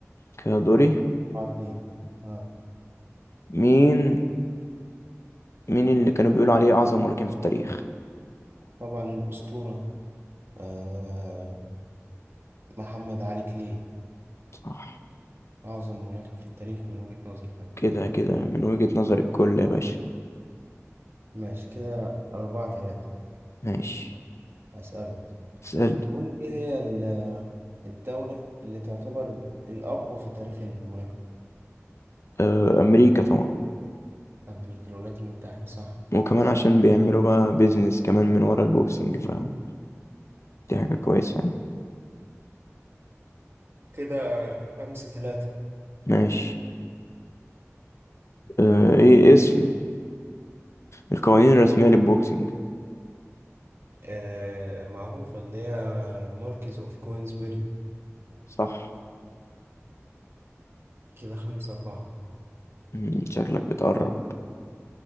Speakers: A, on the left; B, on the right.
A: كده دوري
B: أربعة اتنين آه.
A: مين مين اللي كانوا بيقولوا عليه اعظم ملاكم في التاريخ
B: طبعا الأسطورة آه. محمد علي كلاي
A: صح
B: أعظم ملاكم في التاريخ من وجهة نظري كمان
A: كده كده من وجهة نظر الكل يا باشا
B: ماشي كده أربعة تلاتة
A: ماشي
B: أسألك
A: اسأل
B: قول ايه هي الدولة اللي تعتبر الأقوى في تاريخ الملاكمة
A: اه امريكا طبعا
B: أمريكا الولايات المتحدة صح
A: وكمان عشان بيعملوا بقى بيزنس كمان من ورا البوكسنج فاهم دي حاجة كويسة يعني
B: كده خمسة ثلاثة
A: ماشي اه ايه اسم القوانين الرسمية للبوكسينج
B: آه معروفة اللي هي ماركيز أوف كوينزبري
A: صح
B: كده خمسة أربعة
A: مم، شكلك بتقرب
B: يلا